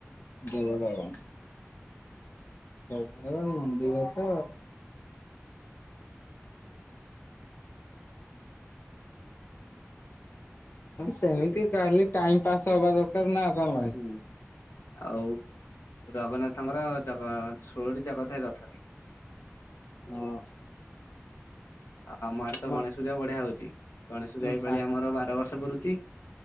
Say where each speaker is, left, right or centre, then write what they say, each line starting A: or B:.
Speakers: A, on the left; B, on the left.
A: ଦେବଦଳନ। ଦେବଦଳନ, ନନ୍ଦିଘୋଷ। <inaudible> ସେମିତି କାଲି ଟାଇମ ପାସ୍ ହବା ଦର। <unintelligible>
B: ହଁ, ଆଉ ଜଗନ୍ନାଥଙ୍କର ଜଗ ଷୋଳଟି ଚକ ଥାଏ ରଥରେ।
A: ହଁ।
B: ଆ ଆମ ଆଡେ ତ
A: ମୋ
B: ଗଣେଶ ପୂଜା ବଢିଆ ହଉଛି ଗଣେଶ ପୂଜା
A: ମୋ
B: ଏଇପଲି
A: ସା
B: ଆମର ବାର ବର୍ଷ ପୁରୁଚି।